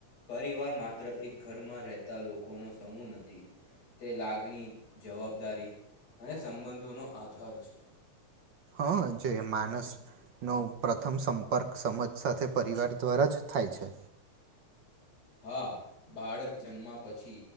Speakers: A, on the left; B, on the right.
A: પરિવાર માત્ર એક ઘરમાં રહેતા લોકોનો સમૂહ નથી. તે લાગણી જવાબદારી અને સંબંધોનો આધાર છે.
B: હ જે માનસ નો પ્રથમ સંપર્ક સમજ સાથે પરિવાર દ્વારા જ થાય છે.
A: હા બાળક જન્મ પછી